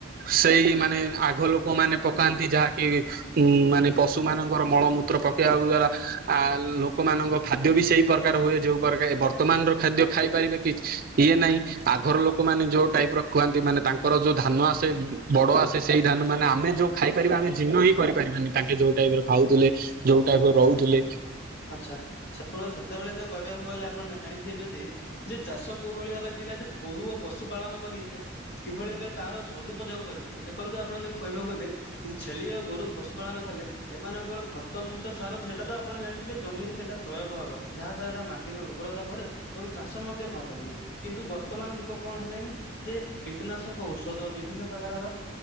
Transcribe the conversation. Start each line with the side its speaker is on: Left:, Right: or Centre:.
Right: ସେଇ ମାନେ ଆଗ ଲୋକମାନେ ପକାନ୍ତି ଯାହାକି ଉଁ
Left: ହୁଁ
Right: ମାନେ ପଶୁ ମାନଙ୍କର ମଳମୂ ପତ୍ର ପକେଇବା ଦ୍ଵାରା ଆ ଲୋକମାନଙ୍କ ଖାଦ୍ୟ ବି ସେଇ ପ୍ରକାର ହୁଏ ଯୋଉ ପ୍ରକାର ବର୍ତ୍ତମାନର ଖାଦ୍ୟ ଖାଇ ପାରିବେ କି ଇଏ ନାଇଁ ଆଗର ଲୋକମାନେ ଯୋଉ ଟାଇପ ର ଖୁଆନ୍ତି ମାନେ ତାଙ୍କ ଙ୍କର ଯୋଉ ଧାନ ଆସେ ବଡ ଆସେ ସେଇ ଧାନ ମାନେ ଆମେ ଯୋଉ ଖାଇପାରିବା ଆମେ ଜିର୍ନ ହିଁ କରିପାରିବାନି, ତାଙ୍କେ ଯୋଉଟା ଖାଉଥିଲେ ଯୋଉ ଟାଇପ ର
Left: ଆଛା
Right: ରହୁଥିଲେ
Left: ଆଛା ସେ ସେତେବେଳେ ତ କହିବାକୁ ଗଲେ ଆପଣ ଜାଣିଥିବେ ଯେ ଯେ ଚାଷ କୋଉ ଭଳି ଭାବରେ ଥିଲା ଯେ ଗୋରୁ ଓ ପଶୁ ପାାଳନ କରି କିଭଳି ଏ ତାର ସଦୁପଯୋଗ କରିପାରିବି ଦେଖନ୍ତୁ ଆପଣ ଯେକୁ କହିବାକୁ ଗଲେ ଛେଳି ଓ ଗୋରୁ ପଶୁପାଳନ କଲେ ଏମାନଙ୍କର ଖତମ ତ ସାର ସେଟା ତ ଆପଣ ଜାଣିଥିବେ ଜମିରେ ସେଇଟା ପ୍ରୟୋଗ ହବ ଯାହା ଦଵାରା ତା ମାଟିର ଉର୍ବରତା ବଢେ ଏବଂ ଚାଷ ମଧ୍ୟ ଭଲ ହୁଏ କିନ୍ତୁ ବର୍ତ୍ତମାନ ଯୁଗ କଣ ହେଲେଣି ଯେ କୀଟନାଶକ ଔଷଧ ବିଭିନ୍ନ ପ୍ରକାର